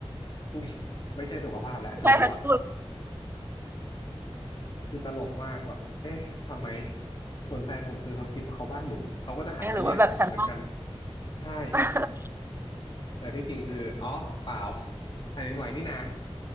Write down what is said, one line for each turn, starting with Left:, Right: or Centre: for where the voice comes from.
Left: ไม่ไม่ใช่สุขภาพแล้วชัวร์
Right: <laughs> ใช่ทั้งคู่
Left: ๆคือตลกมากแบบเอ๊ะทำไมส่วนแฟนผมคือเขาคิดว่าเขาบ้านหมุนเขาก็จะหันมาเรียกผมเหมือนกัน
Right: หรือว่าแบบชั้นนอก
Left: ใช่
Right: <laughs>
Left: แต่ที่จริงคืออ๋อเปล่าแผ่นดินไหวนี่นา